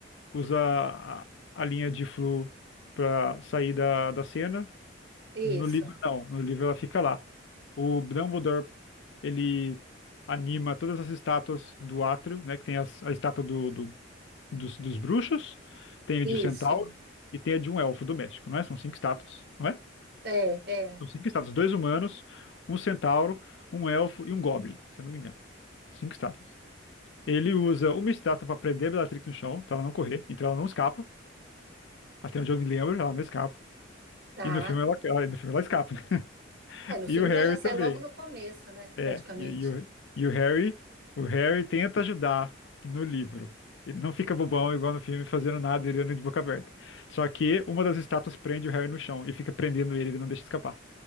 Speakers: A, on the left; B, on the right.
A: usa a, a linha de flu pra sair da, da cena.
B: Isso.
A: No livro, não. No livro ela fica lá. O Dumbledore, ele anima todas as estátuas do átrio, né, que tem as- a estátua do, do dos, dos bruxos, tem a de um centauro
B: Isso.
A: e tem a de um elfo doméstico, não é? São cinco estátuas, não é?
B: É, é.
A: São cinco estátuas, dois humanos, um centauro, um elfo e um goblin, se eu não me engano. Cinco estátuas. Ele usa uma estátua para prender a Bellatrix no chão, para ela não correr, então ela não escapa. Até onde eu me lembro, ela não escapa.
B: Tá.
A: E no filme ela, ela- no filme ela escapa. né? <laughs>
B: É, no
A: E
B: filme
A: o Harry
B: ela já sai
A: também.
B: logo no começo, né,
A: É,
B: praticamente.
A: e, e o, e o Harry, o Harry tenta ajudar no livro. Ele não fica bobão igual no filme, fazendo nada, ele anda de boca aberta. Só que uma das estátuas prende o Harry no chão e fica prendendo ele, ele não deixa escapar.